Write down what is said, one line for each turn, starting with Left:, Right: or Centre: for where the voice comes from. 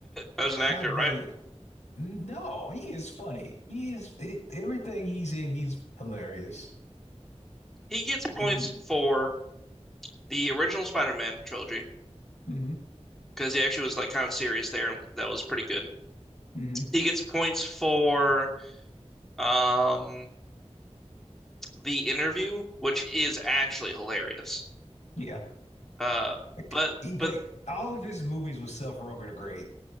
Centre: as an actor,
Left: I mean,
Centre: right?
Left: no, he is funny. He is it, everything he's in, he's hilarious.
Centre: He gets points
Left: And
Centre: for the original Spider-Man trilogy
Left: hmm
Centre: because he actually was like kind of serious there, and that was pretty good.
Left: hmm
Centre: He gets points for um The Interview, which is actually hilarious.
Left: yeah,
Centre: Uh,
Left: like,
Centre: but
Left: he, like
Centre: but
Left: all of his movies with Seth Rogen are great.